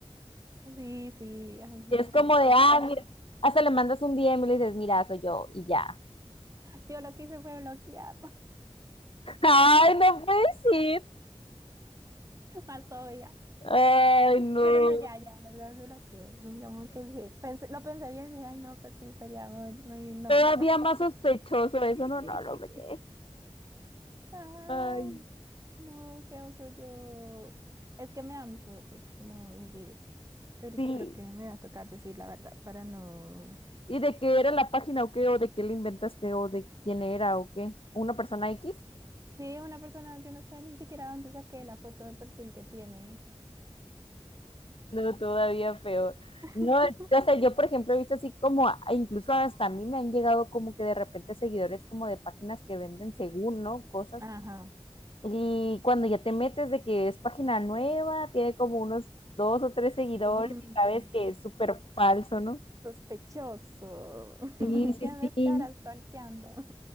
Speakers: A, on the right; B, on the left.
A: Sí, sí, ay, no,
B: Y es
A: sí,
B: como
A: es
B: de,
A: que
B: ah,
A: veamos.
B: mira, hasta le mandas un DM y le dices, mira, soy yo y ya.
A: Yo lo que hice fue bloquear.
B: <laughs> Ay, no puede ser.
A: <laughs> más obvia.
B: Ay, no.
A: Pero no, ya, ya, lo desbloqueé. Digamos que sí. Pensé- lo pensé bien y dije, ay, no, pues sí, sería muy, muy, no.
B: Todavía más sospechoso
A: <laughs>
B: eso, no, no, no, porque-
A: Ay,
B: Ay.
A: no, qué oso yo. Es que me da mucho oso como decir eso. Pero
B: Sí.
A: yo creo que me va a tocar decir la verdad para no.
B: ¿Y de qué era la página o qué? ¿O de qué la inventaste? ¿O de quién era o qué? ¿Una persona X?
A: Sí, una persona, yo no sé ni siquiera dónde saqué la foto de perfil que tiene.
B: No, todavía peor.
A: <laughs>
B: No, o sea, yo por ejemplo he visto así como, a- incluso hasta a mí me han llegado como que de repente seguidores como de páginas que venden según, ¿no? Cosas.
A: Ajá.
B: Y cuando ya te metes de que es página nueva, tiene como unos dos o tres seguidores
A: Mm,
B: y sabes que es súper falso, ¿no?
A: Sospechoso. <laughs>
B: Sí,
A: ¿Quién
B: sí,
A: me estará
B: sí.
A: stalkeando? <laughs>